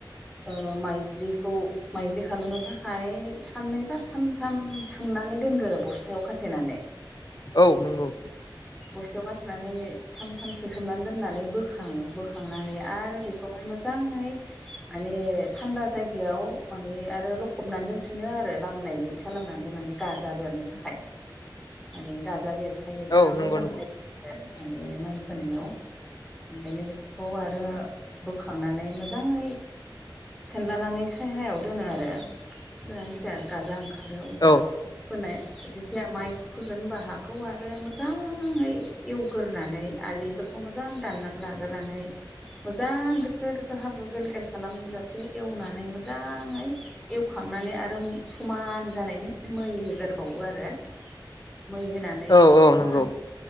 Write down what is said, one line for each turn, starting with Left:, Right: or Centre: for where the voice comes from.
Centre: ओ माइज्लिखौ माइज्लि खालामनो था फाय सान्नै बा सान्थाम सोमनानै दोनगोरो बस्थायाव खाथेनानै।
Left: औ नंगौ।
Centre: बस्थायाव हा सोनानै सानथामसो सोमनानै दोन्नानै बोखाङो बो खांनानै आरो बेखौहाय मोजाङै माने थान्दा जायगायाव माने आरो लखबनानै दोन फिनो आरो लामनाय बायदि खालामनानै माने गाजा बेरनो थाखाय माने गाजा बेरखायो। बा
Left: औ
Centre: मोजां
Left: नंगौ नंगौ
Centre: <unintelligible> माने माइ फोनायाव। ओंखायनो बेफोरखौ आरो बोखांनानै मोजाङै फेेनलानानै सायहायाव दोनो आरो <unintelligible> गाजा ओंखा खारो अब्ला
Left: औ
Centre: फोनाय जेथिया माइ फोगोन होनबा हाखौ आरो मो मोजाङै एवग्रोनानै आलिफोरखौ मोजां दाननानै लाग्रोनै मोजां दोखो दोखो हाब्रु गेल गेल खालामजासे एवनानै मोजाङै एवखांनानै आरो समान जानायनि मै होगोरबावयो आरो। मै होनानै
Left: औ औ
Centre: समान
Left: नंगौ